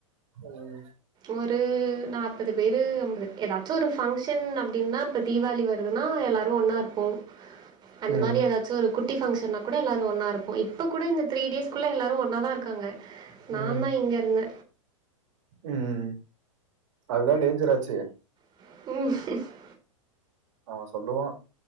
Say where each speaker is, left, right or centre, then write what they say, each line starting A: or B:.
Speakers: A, on the right (about 70°); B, on the right (about 25°).
A: ம்
B: ஒரு நாப்பது பேரு அம்பது எதாச்சு ஒரு ஃபங்ஷன் அப்டின்னா இப்ப தீபாவளி வருதுன்னா எல்லாரு ஒன்னா இருப்போ அந்த
A: ம்
B: மாரி எதாச்சு ஒரு குட்டி ஃபங்ஷன்னா கூட எல்லோரு ஒன்னா இருப்போ இப்ப கூட இந்த தீரி டேஸ் குள்ள எல்லோரு ஒன்னாதா இருக்காங்க நா
A: ம்
B: தா இங்க இருந்த
A: ம் அதுதா டேஞ்சராச்சே
B: <unintelligible>
A: அவன் சொல்லுவா